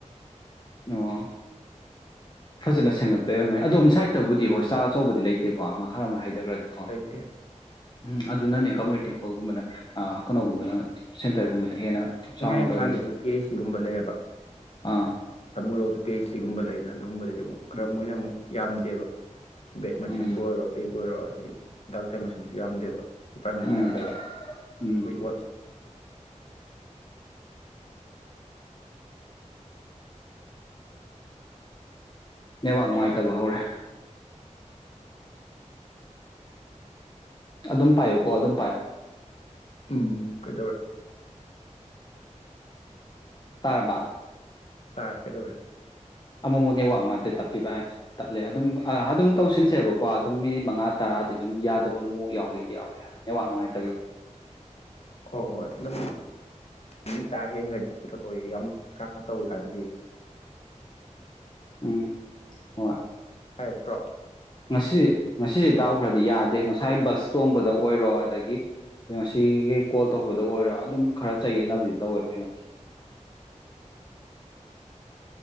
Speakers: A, on the left; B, on the left.
A: ꯑꯣ ꯐꯖꯅ ꯁꯦꯝꯒꯠꯄ ꯌꯥ ꯑꯣꯏꯝꯒꯅꯤ ꯑꯗꯣꯝ ꯁꯥꯏꯠꯇꯕꯨꯗꯤ ꯍꯣꯁꯇꯥꯜ ꯑꯆꯧꯕꯗꯤ ꯂꯩꯇꯦꯀꯣ ꯃꯈꯥ ꯑꯃ ꯍꯥꯏ ꯖ꯭ꯔꯣꯗꯤꯀꯣ
B: ꯂꯩꯇꯦ
A: ꯎꯝ ꯑꯗꯨꯅꯅꯦ ꯀꯝꯃꯨꯅꯤꯇꯤ ꯍꯣꯜꯒꯨꯝꯕꯅ ꯀꯩꯅꯣꯒꯨꯝꯕꯅ ꯁꯦꯟꯇꯔꯒꯨꯝꯕꯅ ꯍꯦꯟꯅ
B: ꯃꯌꯥꯏ
A: ꯆꯥꯎꯅ
B: ꯏꯝꯐꯥꯜꯗꯗꯤ
A: ꯇꯧꯔꯤꯗꯣ
B: ꯄꯤ ꯑꯩꯆ ꯁꯤꯒꯨꯝꯕ ꯂꯩꯌꯦꯕ
A: ꯑꯥ
B: ꯊꯃꯨꯔꯧꯁꯨ ꯄꯤ ꯑꯩꯆ ꯁꯤ ꯁꯤꯒꯨꯝꯕ ꯂꯩꯅꯥ ꯑꯗꯨꯒꯨꯝꯕꯗꯗꯤ ꯑꯃꯨꯛ ꯈꯔ
A: ꯎꯝ
B: ꯃꯣꯏꯅ ꯑꯃꯨꯛ ꯌꯥꯝꯗꯦꯕ ꯕꯦꯠ ꯃꯆꯤꯟꯕꯨ
A: ꯎꯝ
B: ꯑꯣꯏꯔꯣ ꯀꯩꯕꯨ ꯑꯣꯏꯔꯣ ꯑꯗꯩ ꯗꯥꯛꯇꯔ ꯃꯁꯤꯡꯁꯨ ꯌꯥꯝꯗꯦꯕ ꯗꯤꯄꯥꯔꯠꯃꯦꯟꯁꯨ
A: ꯎꯝ
B: ꯌꯥꯝꯗꯕ
A: ꯎꯝ
B: ꯑꯩꯈꯣꯏ
A: ꯃꯥꯛ ꯅꯨꯡꯉꯥꯏ ꯇꯥꯕ ꯍꯧꯔꯦ ꯑꯗꯨꯝ ꯄꯥꯏꯌꯨꯀꯣ ꯑꯗꯨꯝ ꯄꯥꯏ
B: ꯎꯝ ꯀꯩꯗꯧꯔꯦ
A: ꯇꯔꯕꯥ
B: ꯇꯥꯔꯦ ꯀꯩꯗꯧꯔꯦ
A: ꯑꯃꯃꯛ ꯅꯦꯋꯥꯛ ꯅꯨꯡꯉꯥꯏꯇꯦ ꯇꯠꯄꯤꯕ ꯇꯠꯂꯦ ꯑꯗꯨꯝ ꯑꯗꯨꯝ ꯇꯧꯁꯤꯟꯁꯦꯕꯀꯣ ꯑꯗꯨꯝ ꯃꯤꯅꯤꯠ ꯃꯉꯥ ꯇꯔꯥꯗꯤ ꯑꯗꯨꯝ ꯌꯥꯗꯕ ꯑꯃ ꯌꯥꯎꯏꯗꯤ ꯌꯥꯎꯏꯤ ꯍꯥꯏꯕ ꯅꯋꯥꯛ ꯅꯨꯡꯉꯥꯏꯇꯦ
B: ꯍ ꯍꯣꯏ ꯑꯗꯨꯝ ꯅꯨ ꯇ ꯍꯦꯟꯈ꯭ꯔꯗꯤ ꯀꯣꯊꯣꯛꯏ ꯌꯥꯝ ꯀ ꯇꯧꯋꯤ ꯀꯥꯏꯅꯗꯤ
A: ꯎꯝ ꯍ
B: ꯍꯥꯏꯌꯦ ꯄ꯭ꯔꯣ
A: ꯉꯁꯤꯁ ꯉꯁꯤꯁꯦ ꯗꯥꯎ ꯈꯔꯗꯤ ꯌꯥꯗꯦ ꯉꯁꯥꯏ ꯕꯁ ꯇꯣꯡꯕꯗ ꯑꯣꯏꯔꯣ ꯑꯗꯒꯤ ꯉꯁꯤꯈꯩ ꯀꯣꯜ ꯇꯧꯕꯗ ꯑꯣꯏꯔꯣ ꯑꯗꯨꯝ ꯈꯔ ꯆꯌꯦꯠꯅꯕꯗꯤ ꯇꯧꯋꯦꯕ ꯑꯩꯉꯣꯟꯗ